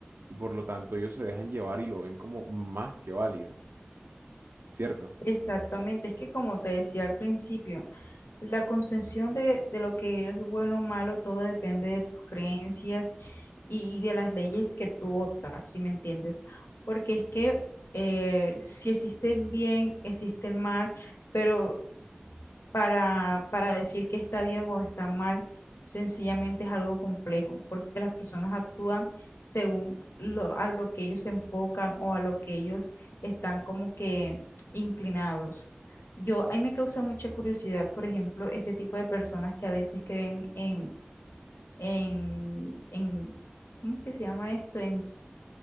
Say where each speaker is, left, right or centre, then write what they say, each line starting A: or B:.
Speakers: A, on the right; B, on the left.
A: Y por lo tanto, ellos se dejan llevar y lo ven como más que válido, ¿cierto?
B: exactamente, es que como te decía al principio, La concepción de, de lo que es bueno o malo, todo depende de tus creencias y de las leyes que tú optas, si me entiendes. Porque es que eh, si existe el bien, existe el mal, pero para, para decir que está bien o está mal, sencillamente es algo complejo, porque las personas actúan según lo, a lo que ellos se enfocan o a lo que ellos están como que inclinados. Yo, a mí me causa mucha curiosidad, por ejemplo, este tipo de personas que a veces creen en, en, en, ¿cómo que se llama esto? En